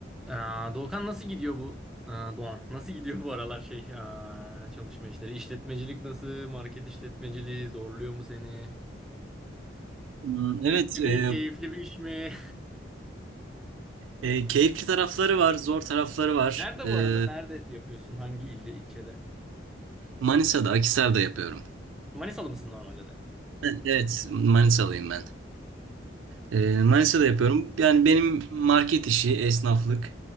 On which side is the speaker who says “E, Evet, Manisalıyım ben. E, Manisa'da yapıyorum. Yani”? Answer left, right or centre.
Right